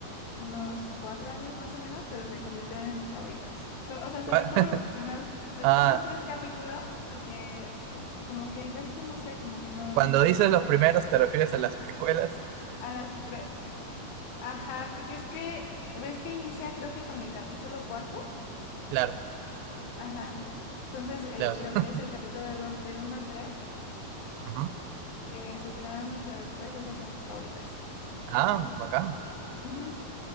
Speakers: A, on the left; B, on the right.
A: unos cuatro años más o menos, pero se convirtieron en mis favoritas. So- o sea, sobre
B: Cu-
A: todo los primeros, los
B: Ah,
A: primeros tres capítulos, porque com- como que el resto, no sé, como que no,
B: cuando dices los primeros, ¿te refieres a las precuelas?
A: a las pre- ajá, porque es que, ves que inicia creo que con el capítulo cuarto,
B: Claro,
A: ajá. Entonces, el-
B: claro.
A: lo
B: <laughs>
A: que es el capítulo del, un- del uno al 3
B: Ujú.
A: que se estrenan mucho después, esas son mis favoritas.
B: Ah, bacán.
A: Ujú,